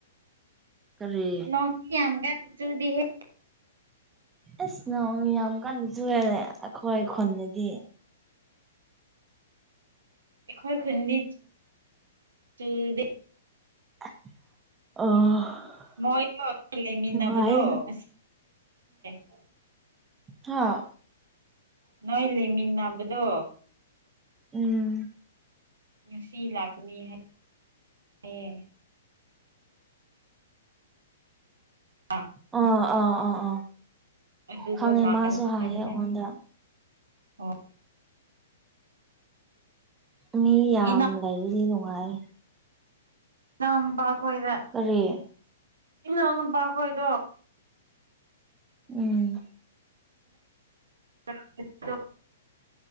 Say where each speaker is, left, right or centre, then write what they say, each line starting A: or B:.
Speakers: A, on the right (about 15°); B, on the right (about 65°).
A: ꯀꯔꯤ
B: ꯅꯣꯡ ꯗꯤ ꯌꯥꯝꯀꯟ ꯆꯨꯗꯤꯍꯦ
A: ꯑꯁ ꯅꯣꯡ ꯌꯥꯝ ꯀꯟꯅ ꯆꯨꯨꯋꯦꯅꯦ ꯑꯈꯣꯏ ꯈꯨꯟꯗꯗꯤ
B: ꯑꯩꯈꯣꯏ ꯈꯨꯟꯗꯤ ꯆꯨꯗꯦ
A: ꯑꯥ ꯑꯣ
B: ꯃꯣꯏꯗꯣ ꯂꯩꯃꯤꯟꯅꯕꯗꯣ
A: ꯅꯨꯡꯉꯥꯏꯌꯦ
B: <unintelligible>
A: ꯍꯥꯥ
B: ꯅꯣꯏ ꯂꯩꯃꯤꯟꯅꯕꯗꯣ
A: ꯎꯝ
B: ꯉꯁꯤ ꯂꯥꯛꯀꯥꯅꯤ ꯍꯥꯏ ꯍꯥꯏꯌꯦ ꯑꯥ
A: ꯑꯣ ꯑꯥ ꯑꯥ ꯑꯥ
B: ꯑꯗꯨꯗꯣ
A: ꯈꯪꯉꯦ
B: ꯂꯥꯛꯀꯅꯤ
A: ꯃꯥꯁꯨ ꯍꯥꯏꯌꯦ
B: ꯍꯥꯏꯕꯅꯦ
A: ꯑꯩꯉꯣꯟꯗ
B: ꯑꯣ
A: ꯃꯤ ꯌꯥꯝ
B: ꯏꯅꯥꯎ
A: ꯂꯩꯔꯤꯗꯤ ꯅꯨꯡꯉꯥꯏ
B: ꯏꯅꯥꯎꯝꯄ ꯈꯣꯏꯗꯥ
A: ꯀꯔꯤ
B: ꯏꯅꯥꯎ ꯅꯨꯄꯥ ꯈꯣꯏꯗꯣ
A: ꯎꯝ
B: <unintelligible>